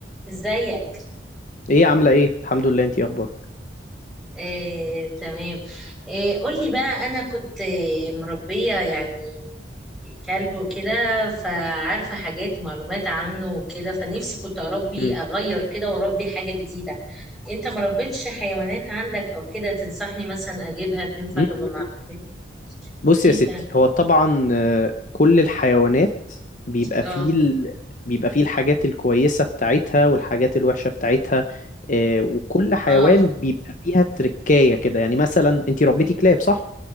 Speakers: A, in the centre; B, on the left (about 45°).
A: ازيك
B: ايه عامله ايه الحمد لله انتي إيه اخبارك
A: آه، تمام آه، قولي بقى انا كنت آه، مربية يعني كلب وكده فعارفة حاجات معلومات عنه وكده فنفسي كنت اربي
B: مم.
A: اغير كده واربي حاجة جديدة انت مربيتش حيوانات عندك او كده تنصحني مثلا اجيبها تنفع
B: مم،
A: تبقى
B: مم، مم.
A: معاك
B: بص
A: ايه
B: يا ستي
A: ده
B: هو طبعا آه، كل الحيوانات بيبقى
A: اه
B: فيه ال... بيبقى فيه الحاجات الكويسه بتاعتها والحاجات الوحشه بتاعتها آه، وكل حيوان
A: اه
B: بيبقى فيها تركايه كده يعني مثلا انتي ربيتي كلاب صح